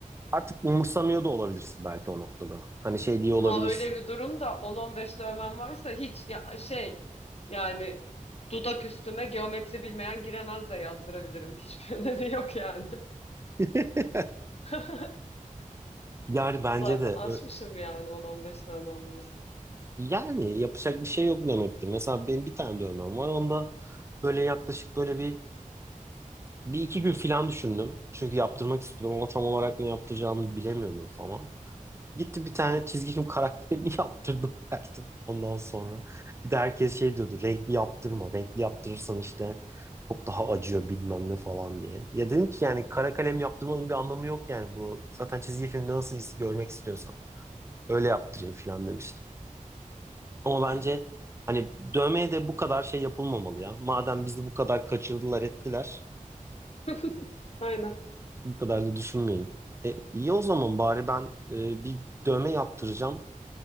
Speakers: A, on the right; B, on the left.
A: artık umursamıyor da olabilirsin belki o noktada. Hani şey diye olabilirsin.
B: Ha öyle bir durumda 10-15 dövmen varsa hiç ya şey yani dudak üstüme geometri bilmeyen giremez de yazdırabilirim. Hiçbir <laughs> önemi yok yani.
A: <laughs>
B: <laughs>
A: Yani bence
B: Zaten
A: de
B: aşmışım
A: ö-
B: yani 10-15 dövmem varsa.
A: yani yapacak bir şey yok demektir. Mesela benim bir tane dövmem var. Onda böyle yaklaşık böyle bir iki gün filan düşündüm. Çünkü yaptırmak istiyordum ama tam olarak ne yaptıracağımı bilemiyordum falan. gitti bir tane çizgi film karakterini <laughs> yaptırdım geldim ondan sonra. Bir de herkes şey diyordu renkli yaptırma. Renkli yaptırırsan işte çok daha acıyor bilmem ne falan diye. Ya dedim ki yani kara kalem yaptırmanın bir anlamı yok yani bunu. Zaten çizgi filmde nasıl his- görmek istiyorsan öyle yaptırayım filan demiştim. Ama bence hani dövmeye de bu kadar şey yapılmamalı ya. Madem bizi bu kadar kaçırdılar ettiler.
B: <laughs> Aynen.
A: Bu kadar da düşünmeyelim. E, iyi o zaman bari ben e, bir dövme yaptıracağım.